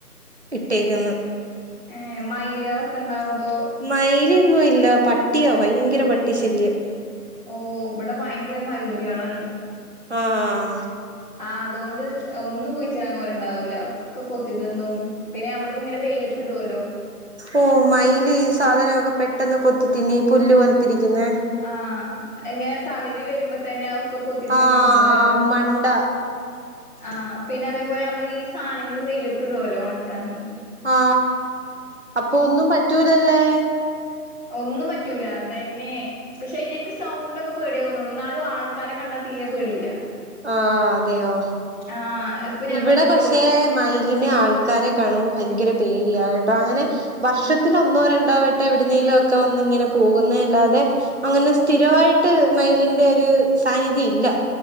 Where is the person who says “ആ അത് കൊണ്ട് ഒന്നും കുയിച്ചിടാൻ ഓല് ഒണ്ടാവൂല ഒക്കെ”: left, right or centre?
Left